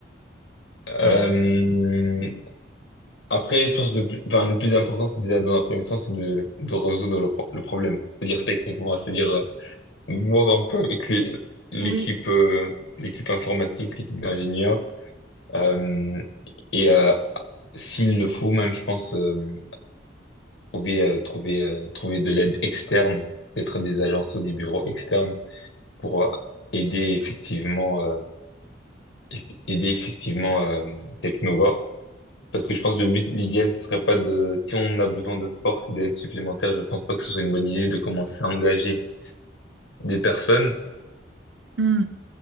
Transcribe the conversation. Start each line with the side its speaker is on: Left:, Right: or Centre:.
Left: Euh,
Right: Euh,
Left: Après, je pense que le plus, enfin, le plus important, c'est déjà dans un premier temps, c'est de, de résoudre le, pro- le problème. C'est-à-dire techniquement, c'est-à-dire euh, voir un peu avec les- l'équipe
Right: oui.
Left: euh, l'équipe informatique, l'équipe d'ingénieurs. euh, et euh, s'il le faut, même, je pense, euh, trouver, euh, trouver, euh, trouver de l'aide externe, peut-être des agences ou des bureaux externes pour euh, aider effectivement, euh, eff- aider effectivement euh, Technova. Parce que je pense que le but, l'idéal, ce serait pas de, si on a besoin de force et d'aide supplémentaire, je pense pas que ce soit une bonne idée de commencer à engager des personnes,
Right: Hmm.